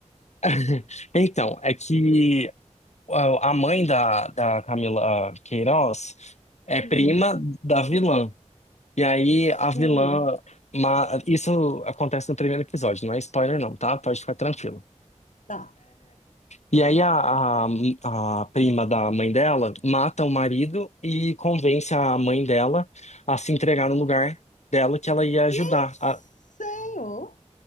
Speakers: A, on the left; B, on the left.
A: <laughs> Então, é que ó, a mãe da, da Camila Queiroz é
B: Hum,
A: prima da vilã. E aí
B: sim,
A: a vilã. ma- Isso acontece no primeiro episódio, não é spoiler, não, tá? Pode ficar tranquilo.
B: tá.
A: E aí a, a, a prima da mãe dela mata o marido e convence a mãe dela a se entregar no lugar dela que ela ia ajudar.
B: Meu Senhor.
A: a-